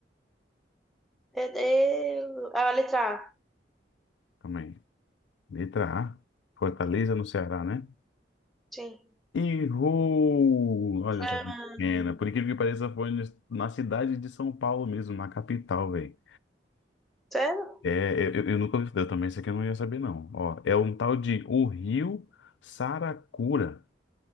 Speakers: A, in the centre; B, on the left (about 90°).
A: Deus. Ah, a letra A.
B: Calma aí. Letra A, Fortaleza, no Ceará, né?
A: Sim.
B: Errou! Olha
A: Ah,
B: essa pequena. Por incrível que pareça, foi na cidade de São Paulo mesmo, na capital, velho.
A: Sério?
B: É, eu, eu eu nunca ouvi, eu também isso aqui eu não ia saber, não. Ó, é um tal de O Rio Saracura.